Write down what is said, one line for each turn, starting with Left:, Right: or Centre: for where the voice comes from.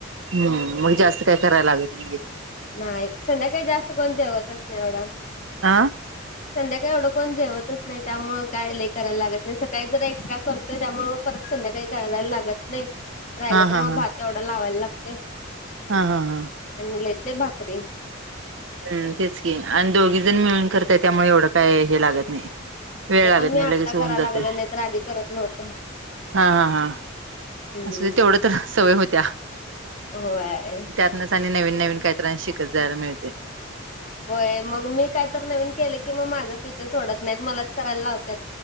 Right: हम्म मग जास्त काय करायला लागत नाहीे
Left: नाही संध्याकाळी जास्त कोण जवतच नाही एवढं
Right: आ
Left: संध्याकाळी एवढं कोण जेवत नाही त्यामुळे काय लई करायला लागत नाही सकाळी जर एक्स्ट्रा करतोय त्यामुळे मग परत संध्याकाळी करायला लागत. नाही राहिलं
Right: हा
Left: तर
Right: हा
Left: मग
Right: हा.
Left: भात वढा लावायला लागते.
Right: हा हा हा.
Left: आणि लै ते लै भाकरी.
Right: हम् तेच की आणि दोघी जण मिळून करतय त्यामुळे एवढं काय हे लागत नाही. वेळ
Left: ते
Right: हवेत
Left: पण मी
Right: नाही
Left: आत्ता
Right: लगेच होऊन
Left: कराय
Right: जाते
Left: लागलोय नाही तर आधी करत नव्हतो.
Right: हा हा हा.
Left: हम्म
Right: अस तेवढ तर सवय होत्या.
Left: होय.
Right: त्यातनच आणि नवीन नवीन काहीतां शिकत जायला मिळते.
Left: होय मग मी काय तर नवीन केलं की मग माझं पीच्या सोडत नाहीत मलाच करायला लावतत.